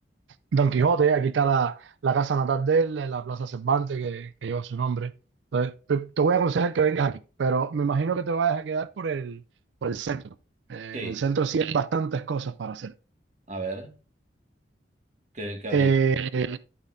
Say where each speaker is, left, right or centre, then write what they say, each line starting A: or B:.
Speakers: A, on the right; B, on the right.
A: Don Quijote. Aquí está la, la casa natal de él, la Plaza Cervantes que, que lleva su nombre. Entonces, te, te voy a aconsejar que vengas aquí, pero me imagino que te vayas a quedar por el, por el centro. Eh,
B: sí.
A: en el centro sí hay bastantes cosas para hacer.
B: A ver, ¿qué, qué habría?
A: Eh,